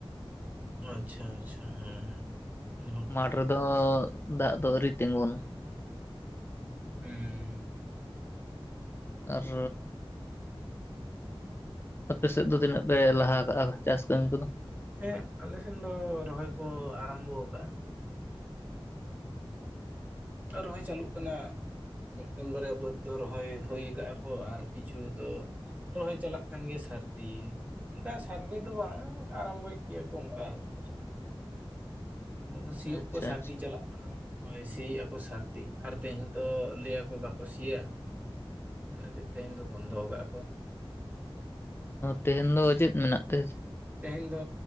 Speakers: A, on the right; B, on the left.
A: ᱟᱪᱷᱟ ᱟᱪᱷᱟ ᱦᱮᱸ ᱦᱮᱸ ᱚᱱᱟ ᱦᱚᱸ ᱠᱟᱛᱷᱟ
B: ᱢᱟᱴᱷ
A: ᱜᱮ᱾
B: ᱨᱮᱫᱚ ᱫᱟᱜ ᱫᱚ ᱟᱹᱣᱨᱤ ᱛᱤᱸᱜᱩᱱᱟ
A: ᱦᱩᱸ
B: ᱟᱨ ᱟᱯᱮ ᱥᱮᱫ ᱫᱚ ᱛᱤᱱᱟᱹᱜ ᱯᱮ ᱞᱟᱦᱟ ᱠᱟᱜ-ᱟ ᱪᱟᱥ ᱠᱟᱹᱢᱤ ᱠᱚᱫᱚ
A: ᱦᱮᱸ ᱟᱞᱮᱥᱱ ᱫᱚ ᱨᱚᱦᱚᱭ ᱠᱚ ᱟᱨᱟᱢᱵᱚ ᱟᱠᱟᱫᱟ ᱨᱮᱦᱚᱭ ᱪᱟᱹᱞᱩᱜ ᱠᱟᱱᱟ ᱢᱤᱫᱴᱮᱱ ᱵᱟᱨᱭᱟ ᱵᱟᱹᱫᱽ ᱫᱚ ᱨᱚᱦᱚᱭ ᱦᱩᱭ ᱟᱠᱟᱜ-ᱟ ᱠᱚ ᱟᱨ ᱠᱤᱪᱷᱩ ᱫᱚ ᱨᱚᱦᱚᱭ ᱪᱟᱞᱟᱜ ᱠᱟᱱ ᱜᱮᱭᱟ ᱥᱟᱹᱨᱫᱤ ᱚᱱᱠᱟ ᱥᱟᱨᱫᱤ ᱫᱚ ᱵᱟᱝ ᱟᱨᱟᱢᱵᱚᱭᱮᱫ ᱜᱮᱭᱟ ᱠᱚ ᱚᱱᱠᱟ ᱟᱨᱠᱤ ᱱᱤᱛᱚᱜ ᱫᱚ ᱥᱤᱭᱳᱜ
B: ᱟᱪᱪᱷᱟ
A: ᱠᱚ ᱥᱟᱹᱨᱫᱤ
B: ᱟᱪᱪᱷᱟ
A: ᱪᱟᱞᱟᱜ ᱠᱟᱱᱟ ᱱᱚᱭ ᱥᱤ ᱮᱫᱟ ᱠᱚ ᱥᱟᱹᱨᱫᱤ ᱟᱨ ᱛᱮᱦᱮᱧ ᱛᱚ ᱞᱟᱹᱭᱟᱚ ᱵᱟᱠᱚ ᱥᱤᱭᱟ ᱤᱱᱟᱹ ᱠᱷᱟᱹᱛᱤᱨ ᱛᱮᱦᱧ ᱫᱚ ᱵᱚᱱᱫᱚ ᱠᱟᱜ-ᱟ ᱠᱚ
B: ᱛᱮᱦᱮᱧ ᱫᱚ ᱪᱮᱫ ᱢᱮᱱᱟᱜ ᱛᱮ?
A: ᱛᱮᱦᱮᱧ ᱫᱚ